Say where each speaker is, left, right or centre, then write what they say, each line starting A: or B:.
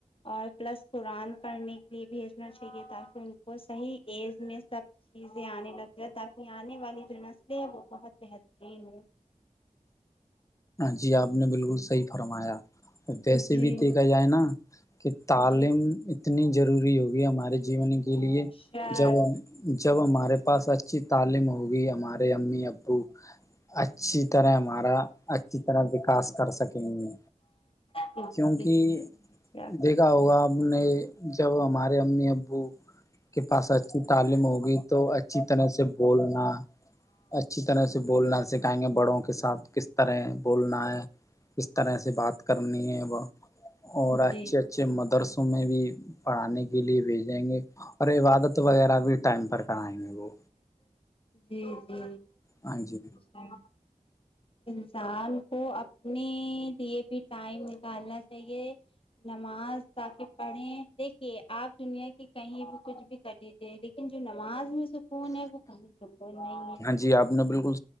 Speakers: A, on the left; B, on the left.
A: اور پلس قرآن پڑھنے کے لیے بھیجنا چاہیے تاکہ ان کو صحیح ایج میں سب چیزیں آنے لگ جاے تاکہ آنے والی جو نسلیں ہیں وہ بہت بہترین ہو
B: جی آپ نے بالکل صحیح فرمایا ویسے
A: جی
B: بھی دیکھا جائے نا کہ تعلیم
A: جی
B: اتنی ضروری ہوگی ہمارے جیون
A: بے
B: کے لیے
A: شک
B: جب جب ہمارے پاس اچھی تعلیم ہوگی ہمارے امی ابو اچھی طرح ہمارا اچھی طرح وکاس کر سکیں گے
A: جی
B: کیونکہ
A: جی بے شک
B: دیکھا ہوگا ہم نے جب ہمارے امی ابو کے پاس اچھی تعلیم ہوگی تو اچھی طرح سے بولنا اچھی طرح سے بولنا نہ سکھائیں گے بڑوں کے ساتھ کس طرح بولنا ہے کس طرح سے بات کرنی ہے وہ اور
A: جی
B: اچھے اچھے مدرسوں میں بھی پڑھانے کے لیے بھیج دیںگے گے اور عبادت وغیرہ بھی ٹائم پر کرائیں گے وہ
A: جی جی
B: ہاں جی
A: ہ انسان کو اپنے لیے بھی ٹائم نکالنا چاہیے نماز تاکہ پڑھیں دیکھیے آپ دنیا کی کہیں بھی کچھ بھی کر لیجیے لیکن جو نماز میں سکون ہے وہ کب سکون نہیں ہے
B: ہاں جی آپ نے بالکل